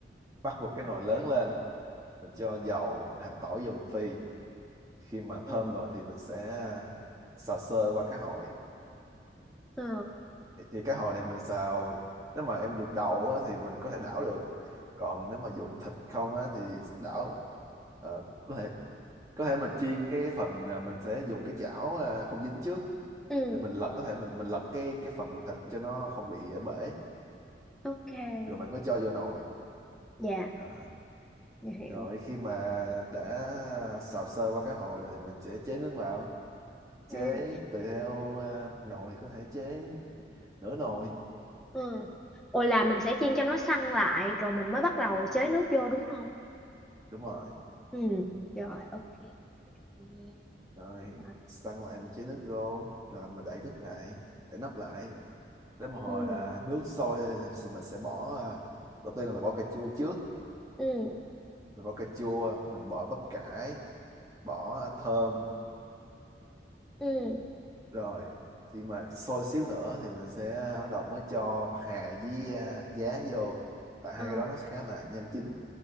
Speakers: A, on the right; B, in the centre.
A: bắt một cái nồi lớn lên mình cho dầu hành tỏi vô mình phi khi mà thơm
B: ừ
A: rồi thì mình sẽ à, xào sơ qua cá hồi
B: ờ
A: thì, thì cái hồi này mình xào nếu mà em dùng đầu á, thì mình có thể đảo được còn nếu mà dùng thịt không á, thì đảo ờ, có thể có thể mình chiên cái phần à, mình sẽ dùng cái chảo à, không dính trước
B: ừ
A: để mình lật có thể mình mình lật cái cái phần thịt cho nó không bị à, bể
B: ok
A: rồi mình mới cho vô nồi
B: dạ
A: à,
B: dạ hiểu
A: rồi khi mà đã xào sơ qua cái hồi rồi thì mình sẽ chế nước vào chế
B: à
A: tùy theo à, nồi có thể chế nửa nồi
B: ừ ồ là mình sẽ chiên cho nó săn lại rồi mình mới bắt đầu chế nước vô đúng không
A: đúng rồi
B: ừ rồi ok em Nói chung thì nghe.
A: rồi
B: rồi
A: săn lại một chén nước rô rồi mình đậy đít lại để nắp lại đến một hồi
B: ừ
A: là nước sôi thì mình sẽ bỏ à, đầu tiên là mình bỏ cà chua trước
B: ừ
A: mình bỏ cà chua mình bỏ bắp cải bỏ thơm
B: ừ
A: rồi khi mà sôi xíu nữa thì mình sẽ bắt đầu mới cho bạc hà với à, giá vô tại hai
B: ờ
A: cái đó nó khá là nhanh chín